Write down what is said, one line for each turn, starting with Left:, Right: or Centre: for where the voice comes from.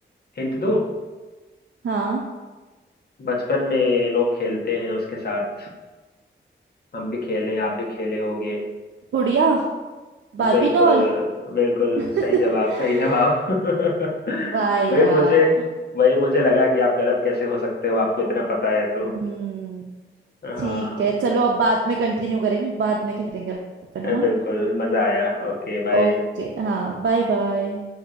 Left: हिंट दूँ
Right: हाँ
Left: बचपन में लोग खेलते हैं उसके साथ हम भी खेले आप भी खेले होगे
Right: गुड़िया बाबी
Left: बिल्कुल
Right: डॉल
Left: बिल्कुल
Right: <laughs>
Left: सही जवाब सही जवाब <laughs>
Right: वाह
Left: वही
Right: यार
Left: मुझे वही मुझे लगा कि आप गलत कैसे हो सकते हो आपको इतना पता है तो
Right: हम्म
Left: हाँ
Right: ठीक है चलो अब बाद में कंटिन्यू करेंगे बाद में खेलेंगे अपन है ना
Left: बिल्कुल मजा आया Okay bye
Right: ओके हाँ बाय बाय